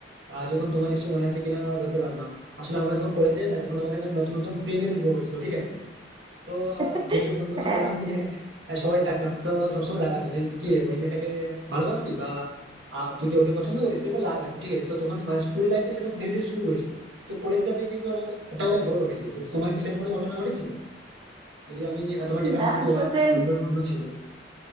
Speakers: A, on the right (about 75°); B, on the right (about 25°).
A: আহ, যখন তোমার নিশ্চয়ই মনে আছে কিনা বলতে পারবো না আসলে আমরা যখন কলেজে না তখন আমাদের মধ্যে নতুন নতুন প্রেমের উদ্ভব হয়েছিল ঠিক আছে তো
B: <laughs>
A: আহ, যেহেতু বন্ধু
B: হ্যাঁ
A: বান্ধবরা মিলে আহ, সবাই থাকতাম তো সবসময় লাগাতো যে কি রে ওই মেয়েটাকে ভালোবাসবি বা আহ, তুই কি ওকে পছন্দ করিস এরকম লাগাতো ঠিক আছে তো তখন মানে স্কুল লাইফে সেটা ধীরে ধীরে শুরু হয়েছিল তো কলেজ লাইফে কিন্তু ওটা অনেক ওটা অনেক বড় হয়ে গিয়েছিল তো তোমার কি সেরকম কোনো ঘটনা ঘটেছিল যদি আমি আহ, তোমার ডিপার্টমেন্ট
B: না,
A: থেকে
B: আসলে
A: ওয়া- অন্য অন্য ছিল